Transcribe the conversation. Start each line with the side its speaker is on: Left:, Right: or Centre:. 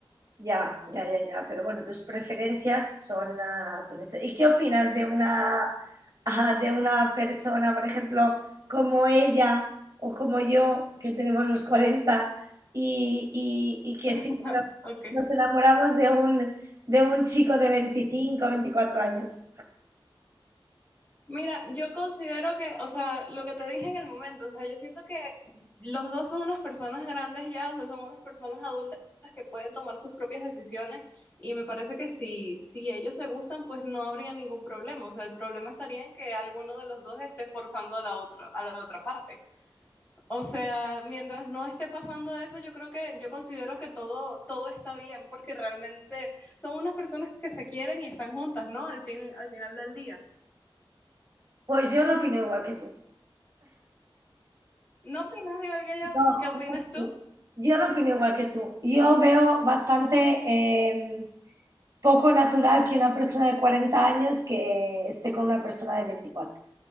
Right: Ya, ya, ya, ya. Pero bueno, tus preferencias son, ah, son esas. ¿Y qué opinas de una, <laughs> ah, de una persona, por ejemplo, como ella o como yo, que tenemos los 40 y, y- y que
Left: <laughs>
Right: sí,
Left: Ok.
Right: nos enamoramos de un, de un chico de 25, 24 años?
Left: Mira, yo considero que, o sea, lo que te dije en el momento, o sea, yo siento que los dos son unas personas grandes ya, o sea, son unas personas adultas que pueden tomar sus propias decisiones y me parece que si, si ellos se gustan, pues no habría ningún problema, o sea, el problema estaría en que alguno de los dos esté forzando a la otra, a la otra parte. O sea, mientras no esté pasando eso, yo creo que, yo considero que todo, todo está bien porque realmente son unas personas que se quieren y están juntas, ¿no? Al fin, al final del día.
Right: Pues yo no opino igual que tú.
Left: ¿No opinas igual que yo?
Right: No,
Left: ¿Qué opinas
Right: no,
Left: tú?
Right: yo no opino igual que tú. Yo veo bastante. em, poco natural que una persona de 40 años que esté con una persona de 24.